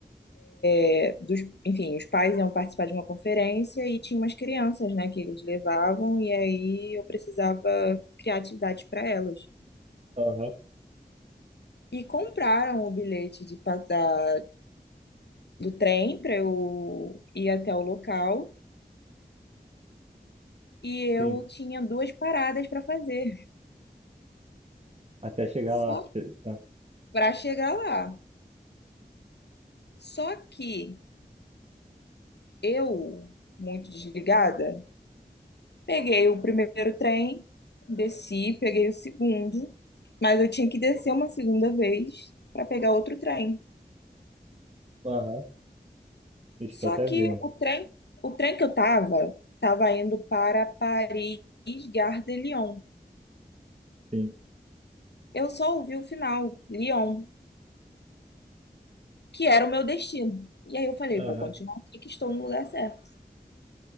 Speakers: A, on the left; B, on the right.
A: É, dos, enfim, os pais iam participar de uma conferência e tinha umas crianças, né, que eles levavam e aí eu precisava criar atividade para elas.
B: Aham,
A: E compraram o bilhete de, pa- da, do trem para eu ir até o local e eu
B: sim.
A: tinha duas paradas para fazer
B: Até chegar
A: só
B: lá. Cê- tá.
A: para chegar lá. Só que eu, muito desligada, Peguei o primeiro trem, desci, peguei o segundo, mas eu tinha que descer uma segunda vez para pegar outro trem.
B: Aham, estou
A: Só
B: até
A: que
B: vendo.
A: o trem, o trem que eu tava, tava indo para Paris, Gare de Lyon.
B: Sim.
A: Eu só ouvi o final, Lyon, que era o meu destino. E aí eu falei,
B: Aham.
A: vou continuar aqui que estou no lugar certo.